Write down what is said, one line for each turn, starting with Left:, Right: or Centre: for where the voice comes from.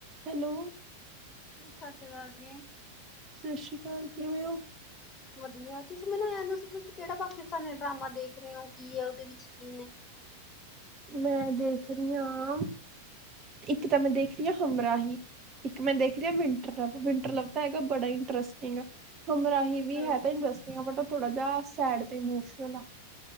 Right: Hello.
Left: ਸਤਿ ਸ਼੍ਰੀ ਅਕਾਲ ਜੀ।
Right: ਸਤਿ ਸ਼੍ਰੀ ਅਕਾਲ ਕਿਵੇਂ ਹੋ?
Left: ਵਧੀਆ, ਤੁਸੀਂ ਮੈਨੂੰ ਦੱਸੋ ਤੁਸੀਂ ਕਿਹੜਾ ਪਾਕਿਸਤਾਨੀ ਡਰਾਮਾ ਦੇਖ ਰਹੇ ਹੋ। ਕੀ ਹੈ ਉਹਦੇ ਵਿੱਚ ਕੀ ਨੇ।
Right: ਮੈਂ ਦੇਖ ਰਹੀ ਆ। ਇੱਕ ਤਾਂ ਮੈਂ ਦੇਖ ਰਹੀ ਹਾਂ ਹਮ ਰਾਹੀ। ਇੱਕ ਮੈਂ ਦੇਖ ਰਿਹਾ, ਵਿੰਟਰ ਲਵ। ਵਿੰਟਰ ਲਵ ਤਾਂ ਹੈਗਾ ਬੜਾ ਹੀ ਇੰਟਰਸਟਿੰਗ, ਹਮਰਾਹੀ- ਵੀ
Left: ਹੂੰ
Right: ਹੈ ਤਾਂ ਇੰਸਟਗ ਬਟ ਉਹ ਥੋੜਾ ਜਿਹਾ ਸੈਡ ਤੇ ਇਮੋਸ਼ਨਲ ਆ।